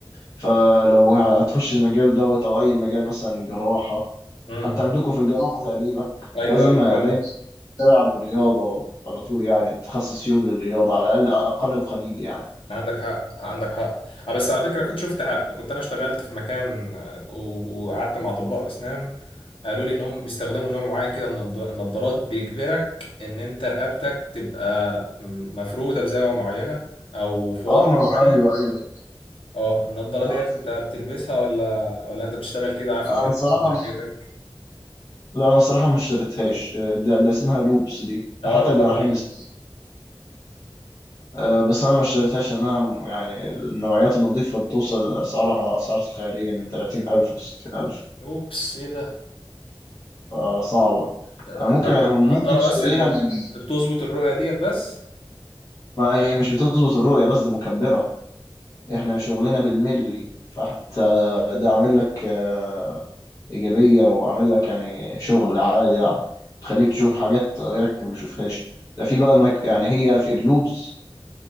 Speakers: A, on the left; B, on the left.
A: فلو هتخش المجال دوت او اي مجال مثلا جراحة
B: امم
A: حتى عندكم في الجراحة تقريبا
B: ايوه
A: لازم
B: ايوه
A: دايما
B: فعلا
A: تلعب رياضة على طول يعني تخصص يوم للرياضة على الاقل اقل القليل يعني
B: عندك حق عندك حق اه بس على فكره كنت شفت حق. كنت انا اشتغلت في مكان آه، و- وقعدت مع اطباء اسنان قالوا لي ان هم بيستخدموا نوع معين كده من الض- النضارات بيجبرك ان انت رقبتك تبقى م- مفروده بزاويه معينه او في وضع
A: اه ما
B: معين
A: ايوه ايوه
B: اه النضاره
A: صح
B: ديت
A: صح.
B: انت بتلبسها ولا ولا انت بتشتغل كده في
A: لا
B: الجامعه
A: انا الصراحة
B: ولا إيه حكايتك
A: لا انا الصراحة ما اشتريتهاش آه، ده, ده اسمها لوبس دي ده
B: اه
A: حتى الجراحين
B: اه دي
A: بيستخدموها آه، بس انا ما اشتريتهاش لانها م- يعني النوعيات النظيفه بتوصل اسعارها اسعار خياليه من 30000 و60000
B: اوبس ايه ده
A: فصعبه
B: آه،
A: انا ممكن
B: النض- النضاره
A: ممكن تشتريها
B: بس اللي
A: من
B: بتظبط الرؤيه ديت بس
A: ما هي مش بتظبط الرؤيه بس دي مكبره احنا شغلنا بالملي فحتى ده عامل لك آه، ايجابيه وعامل لك يعني شغل عالي يعني بتخليك تشوف حاجات غيرك ما بيشوفهاش ده في بقى الميك... يعني هي في اللوبز